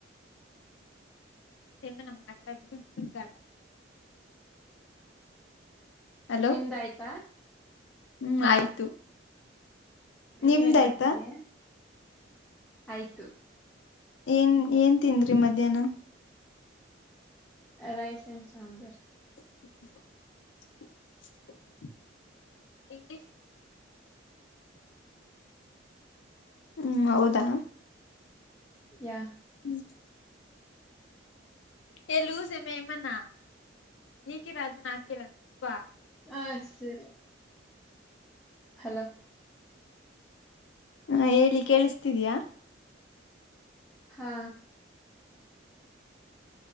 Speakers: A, on the left (about 70°); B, in the centre.
A: <inaudible> ಹಲೋ
B: ನಿಮ್ದ ಆಯ್ತಾ?
A: ಹ್ಮ್ ಆಯ್ತು
B: ನೀವ
A: ನಿಮ್ದಾಯ್ತಾ
B: ಏನ್ ಮಾಡ್ತೀರಾ? ಆಯ್ತು.
A: ಏನ್ ಏನ್ ತಿಂದ್ರಿ ಮಧ್ಯಾಹ್ನ.
B: ರೈಸ್ ಅಂಡ್ ಸಾಂಬಾರ್
A: <unintelligible> ಇಂಗ್ಲಿಷ್ ಹ್ಮ್ ಹೌದಾ
B: ಯಾ
A: ಹ್ ಎ ಲೂಸ್ ಮೇಮನ ನೀಕಿರೋದು ನಾಕಿರೋದು ಬಾ
B: ಹ ಸರಿ ಹಲೋ
A: ಹ ಹೇಳಿ ಕೇಳಿಸತಿದಯಾ
B: ಹಾ